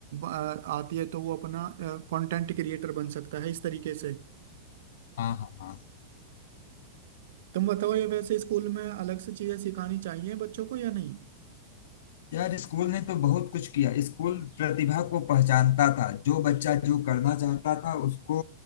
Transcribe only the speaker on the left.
हाँ हाँ हाँ
यार स्कूल ने तो बहुत कुछ किया स्कूल प्रतिभा को पहचानता था जो बच्चा जो करना चाहता था उसको